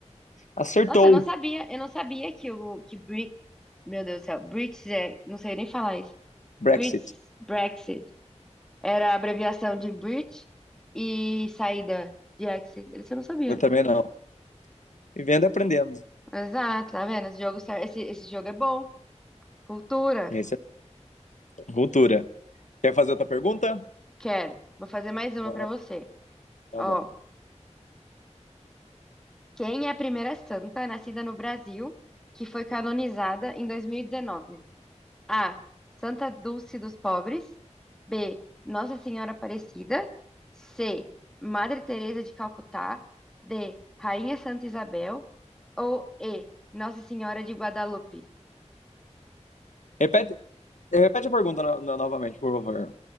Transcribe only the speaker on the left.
Acertou
Brexit.
Eu também não. Vivendo e aprendendo.
Essa é a cultura. Quer fazer outra pergunta?
Tá
bom.
Repete, repete a pergunta no, no, novamente, por favor.